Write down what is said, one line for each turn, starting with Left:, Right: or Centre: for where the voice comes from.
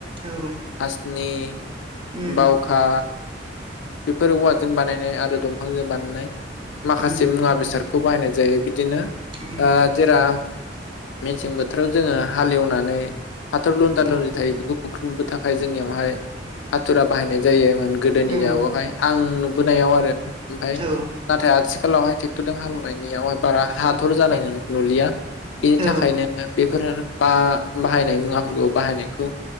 Right: औ
Left: हासिनि।
Right: उम
Left: बावखा। बेफोर औवाजों बानायनाय आरो दंफांजों बानायनाय। माखासे
Right: उम
Left: मुवा बेसाद। खौ बाहायनाय जायो बि दिनो
Right: उम
Left: ओ <unintelligible> मेसें बोथोराव जोङो हालेवनानै हाथर लुनदा
Right: औ
Left: लुनदि थायो बेखौ बुख्रुब <unintelligible> थाखाय जोंनियावहाय हाथुरा बाहायनाय जायो। गोदोनि
Right: ओं
Left: <unintelligible> फाय आं नुबोनायाव आरो ओमफाय
Right: औ
Left: नाथाय आथि खालावहाय टेक्टरजों हालेवनाय नियावहाय बारा हाथर जानाय नुलिया। बेनि थाखायनो
Right: ओं
Left: <unintelligible> <unintelligible> बा बाहायनाय मुवाफोरखौ बाहायनायखौ